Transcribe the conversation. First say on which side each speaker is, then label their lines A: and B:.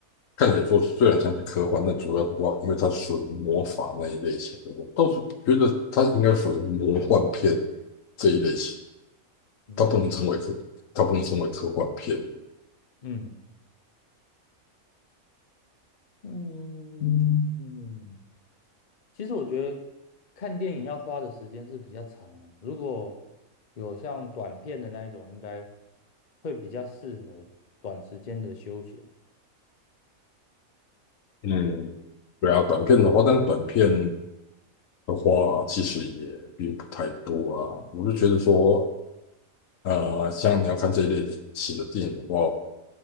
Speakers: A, on the left; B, on the left.
A: 看起来说虽然像是科幻，但主要的话，因为它属于魔法那一类型的，我倒是觉得它应该属于魔幻片这一类型，
B: 你了解
A: 它不能称为科，它不能称为科幻片。
B: 嗯嗯嗯，
A: 嗯，
B: 其实我觉得看电影要花的时间是比较长了，如果有像短片的那一种，应该会比较适合短时间的休闲。
A: 嗯，对啊，短片的话，但是短片的话，其实也并不太多啊。我就觉得说，呃，像你要看这一类型的电影的话，